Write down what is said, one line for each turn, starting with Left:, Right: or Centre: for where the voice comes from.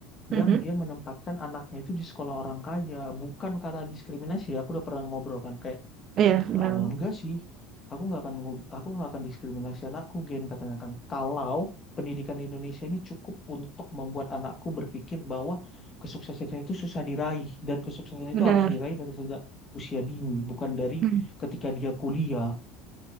Right: Mm-mm.
Left: yang dia menempatkan anaknya itu di sekolah orang kaya bukan karena diskriminasi aku udah pernah ngobrol kan kayak
Right: Iya, benar.
Left: "Ah, enggak sih aku nggak akan ngob- aku nggak akan diskriminasi anakku Gen katanya kan kalau pendidikan di Indonesia ini cukup untuk membuat anakku berpikir bahwa kesuksesan itu susah diraih dan kesuksesan
Right: Benar.
Left: itu harus diraih dari sejak usia dini bukan dari
Right: Mm.
Left: ketika dia kuliah